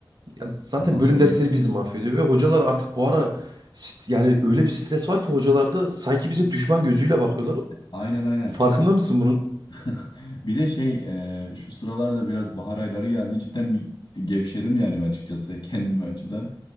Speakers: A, on the right (about 55°); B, on the left (about 55°).
A: Ya zaten
B: Ondan
A: bölüm
B: dolayı
A: dersleri bizi mahvediyor ve hocalar artık bu ara sit- yani öyle bir stres var ki hocalarda sanki bize düşman gözüyle bakıyorlar.
B: aynen aynen.
A: Farkında mısın bunun?
B: <laughs> Bir de şey e, şu sıralarda biraz bahar ayları geldi. Cidden bir gevşedim yani açıkçası <laughs> kendimi açıdan.